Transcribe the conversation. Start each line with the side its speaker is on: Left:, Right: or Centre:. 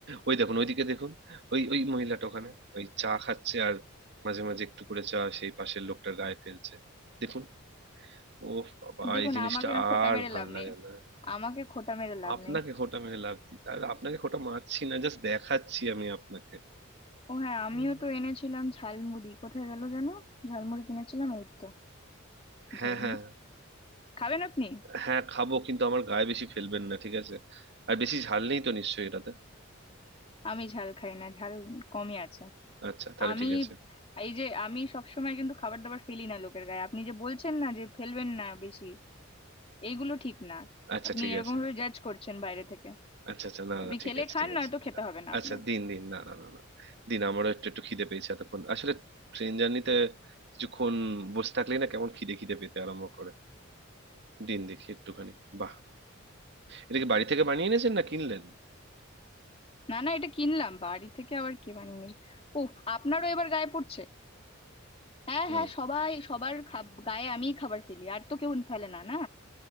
Right: ওই দেখুন ওইদিকে দেখুন ওই ওই মহিলাটা ওখানে ওই চা খাচ্ছে আর মাঝে মাঝে একটু করে চা সেই পাশের লোকটার গায়ে ফেলছে দেখুন ও বাবা
Left: দেখুন
Right: এই জিনিসটা
Left: আমাকে না খোটা
Right: আর
Left: মেরে
Right: ভাল
Left: লাভ
Right: লাগে
Left: নেই
Right: না
Left: আমাকে খোটা মেরে লাভ
Right: আপনাকে
Left: নেই
Right: খোঁটা মেরে লাভ দিই আর আপনাকে খোঁটা মারছি না জাস্ট দেখাচ্ছি আমি আপনাকে
Left: ও হ্যাঁ আমিও
Right: হুম।
Left: তো এনেছিলাম ঝালমুড়ি কোথায় গেল জানো ঝালমুড়ি কিনেছিলাম এই তো
Right: হ্যাঁ
Left: ঝাল
Right: হ্যাঁ
Left: খাবেন আপনি
Right: হ্যাঁ খাবো কিন্তু আমার গায়ে বেশি ফেলবেন না ঠিক আছে আর বেশি ঝাল নেই তো নিশ্চয়ই এটাতে
Left: আমি ঝাল খাই না ঝাল কমই আছে
Right: আচ্ছা তাহলে
Left: আমি
Right: ঠিক আছে
Left: এই যে আমি সবসময় কিন্তু খাবার দাবার ফেলি না লোকের গায়ে আপনি যে বলছেন না যে ফেলবেন না বেশি এইগুলো ঠিক না
Right: আচ্ছা
Left: আপনি
Right: ঠিক
Left: এরকম
Right: আছে
Left: ভাবে জাজ করছেন বাইরে থেকে
Right: আচ্ছা আচ্ছা না
Left: আপনি
Right: না ঠিক
Left: খেলে
Right: আছে
Left: খান
Right: ঠিক আছে
Left: নয়তো খেতে হবে না
Right: আচ্ছা
Left: আপনার
Right: দিন দিন না না না না দিন আমারও একটু একটু খিদে পেয়েছে এতক্ষণ আসলে ট্রেন জার্নিতে কিছুক্ষণ বসে থাকলেই না কেমন খিদে খিদে পেতে আরম্ভ করে দিন দেখি একটুখানি বাহ এটা কি বাড়ি থেকে বানিয়ে এনেছেন না কিনলেন
Left: না না এটা কিনলাম বাড়ি থেকে আবার কে বানিয়ে নিয়ে ও আপনারও এবার গায়ে পড়ছে হ্যাঁ
Right: হুম
Left: হ্যাঁ সবাই সবার খাব- গায়ে আমিই খাবার ফেলি আর তো কেউ ফেলে না না